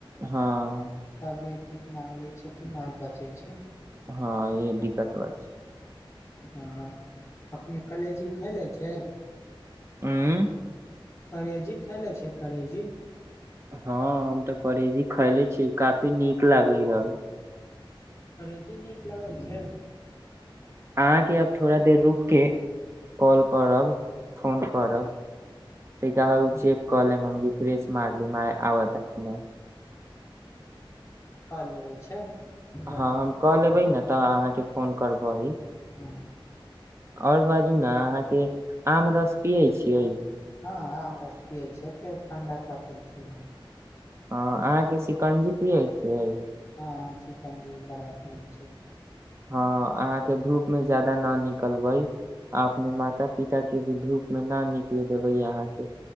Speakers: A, on the right; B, on the left.
A: हँ
B: सब एक माँग लै छै तऽ नहि बचै छै
A: हँ ई दिक्कत बात छै
B: हँ अपने कलेजी खयले छै
A: हूँ
B: कलेजीक खनै छीयै करेजी
A: हँ हम तऽ करेजी खैले छी काफी नीक लागै य
B: करेजी नीक लगै छै
A: अहाँके अब थोड़ा देर रुक के काँल करब फोन करब तऽ कह ह उ
B: हँ,
A: चेक कल रिफ्रेेश मारल माय आब त कि नहि
B: कर लेबै छै गर्मी
A: हँ हम कऽ लेबै
B: चल
A: ने तऽ अहाँके फोन करबै।
B: हँ
A: आओर बाजू ने अहाँके आम रस पियै छियै।
B: हँ आम रस पियै छै पेट ठण्डा करि दै छैय।
A: हँ अहाँके शिकंजी पियै छियै।
B: हम सिकंजी बड़ा पियै छीयै।
A: हँ अहाँ के धूप में ज्यदा न निक निकलबई अपने माता-पिता के भी धूप मे न निक देबैयऽ यहाँके